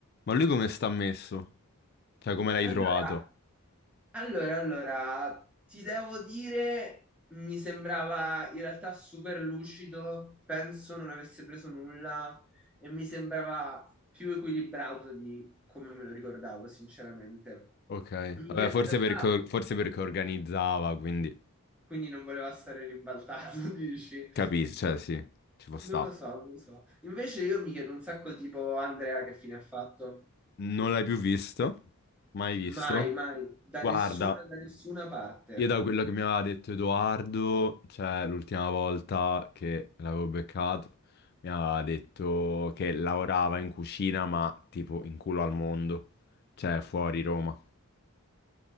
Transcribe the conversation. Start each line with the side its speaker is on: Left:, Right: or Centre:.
Left: Ma lui come sta messo? Cioè, come l'hai
Centre: Allora,
Left: trovato?
Centre: allora, allora, ti devo dire, mi sembrava in realtà super lucido, penso non avesse preso nulla e mi sembrava più equilibrato di come me lo ricordavo, sinceramente.
Left: Ok.
Centre: Mi
Left: Vabbè,
Centre: chiedo
Left: forse
Centre: in realtà
Left: perché, forse perché organizzava, quindi
Centre: Quindi non voleva stare ribaltato, <laughs> dici?
Left: capisci, cioè sì, ci può sta.
Centre: Non lo so, non lo so. Invece io mi chiedo un sacco tipo Andrea che fine ha fatto.
Left: Non l'hai più visto? Mai visto?
Centre: Mai, Ah, mai, da
Left: Guarda,
Centre: nessuna, da nessuna parte.
Left: io da quello che mi aveva detto Edoardo, cioè l'ultima volta che l'avevo beccato, mi aveva detto che lavorava in cucina, ma tipo in culo al mondo, cioè fuori Roma.